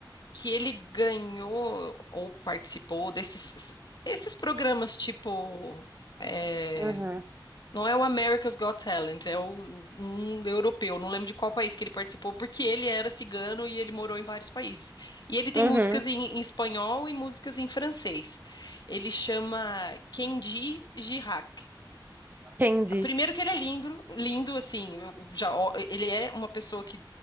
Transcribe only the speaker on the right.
Uhum.
Uhum.
Candy.